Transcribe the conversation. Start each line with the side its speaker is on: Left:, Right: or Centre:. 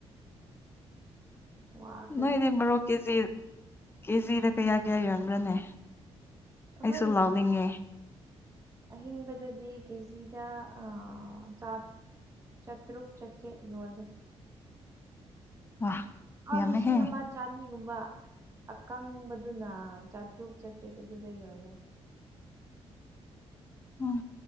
Right: ꯋꯥꯈ꯭ꯔꯖꯥꯠ
Left: ꯅꯣꯏꯗꯤ ꯃꯣꯔꯣ ꯀꯦꯖꯤ ꯀꯦꯖꯤꯗ ꯀꯌꯥ ꯀꯌꯥ ꯌꯣꯟꯕ꯭ꯔꯅꯦ
Right: ꯑꯍꯣꯏ
Left: ꯑꯩꯁꯨ
Right: <unintelligible>
Left: ꯂꯥꯎꯅꯤꯡꯉꯦ
Right: ꯑꯍꯤꯡꯕꯗꯗꯤ ꯀꯦꯖꯤꯗ ꯑꯥ ꯆꯥꯠ ꯆꯥꯇ꯭ꯔꯨꯛ ꯆꯥꯇ꯭ꯔꯦꯠ ꯌꯣꯜꯂꯦ
Left: ꯋꯥ
Right: ꯑꯩꯗꯤ
Left: ꯌꯥꯝꯃꯦꯍꯦ
Right: ꯁꯤꯒ ꯃꯠ ꯆꯅꯤꯒꯨꯝꯕ ꯑꯀꯪꯕꯗꯨꯅ ꯆꯥꯇ꯭ꯔꯨꯛ ꯆꯥꯇ꯭ꯔꯦꯠ ꯑꯗꯨꯗ ꯌꯣꯜꯂꯦ
Left: ꯎꯝ